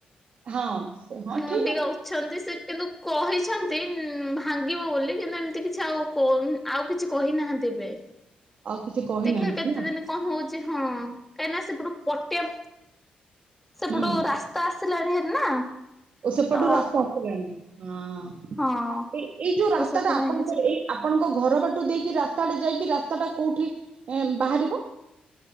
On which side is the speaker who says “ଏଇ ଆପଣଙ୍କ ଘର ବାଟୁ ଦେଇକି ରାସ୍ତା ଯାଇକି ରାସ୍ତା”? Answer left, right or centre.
Right